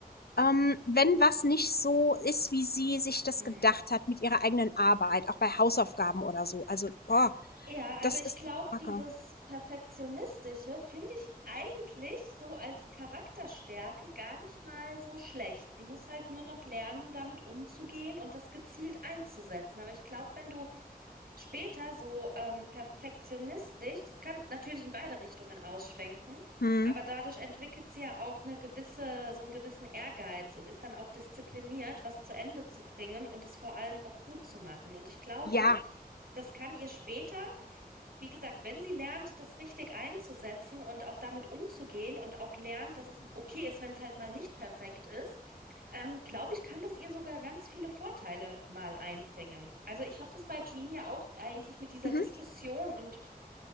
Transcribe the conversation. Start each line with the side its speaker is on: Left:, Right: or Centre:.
Left: Ähm, wenn was nicht so ist, wie sie sich das
Right: Hm.
Left: gedacht hat mit ihrer eigenen Arbeit, auch bei Hausaufgaben oder so. Also, boah,
Right: Ja, also
Left: das
Right: ich
Left: ist
Right: glaube,
Left: so 'ne Macke.
Right: dieses Perfektionistische finde ich eigentlich so als Charakterstärke gar nicht mal so schlecht. Sie muss halt nur noch lernen, damit umzugehen und das gezielt einzusetzen. Aber ich glaube, wenn du später so ähm, perfektionistisch, das kann natürlich in beide Richtungen ausschwenken,
Left: Mhm.
Right: aber dadurch entwickelt sie ja auch eine gewisse, so einen gewissen Ehrgeiz und ist dann auch diszipliniert, was zu Ende zu bringen und es vor allem auch gut zu machen. Und ich glaube,
Left: Ja.
Right: das kann ihr später wie gesagt, wenn sie lernt, das richtig einzusetzen und auch damit umzugehen und auch lernt, dass es okay ist, wenn es halt mal nicht perfekt ist, ähm, glaube ich, kann das ihr sogar ganz viele Vorteile mal einbringen. Also ich habe das bei Julina auch eigentlich mit dieser
Left: Mhm.
Right: Diskussion und